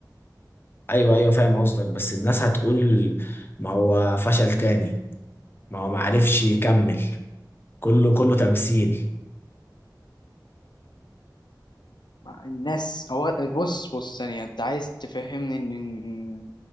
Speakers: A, on the left (about 30°); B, on the left (about 80°).
A: ايوه ايوه فاهم قصدك بس الناس هتقول ما هو فشل تاني ما هو ما عرفش يكمل كله كله تمثيل
B: مع الناس هو بص بص ثانيه انت عايز تفهمني ان إن